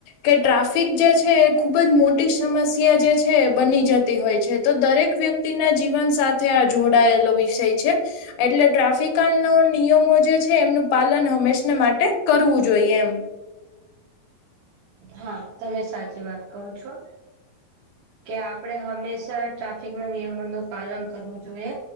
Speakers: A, on the left; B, on the right.
A: કે ટ્રાફિક જે છે એ ખૂબ જ મોટી સમસ્યા જે છે એ બની જતી હોય છે તો દરેક વ્યક્તિ વ્યક્તિ ના જીવન સાથે આ જોડાયેલો વિષય છે. એટલે ટ્રાફિકા ન નિયમો જે છે એમનું પાલન હંમેશા માટે કરવું જોઈએ એમ
B: હા તમે સાચી વાત કો છો. કે આપડે હંમેશા ટ્રાફિક ના નિયમોનું પાલન કરવું જોઈએ.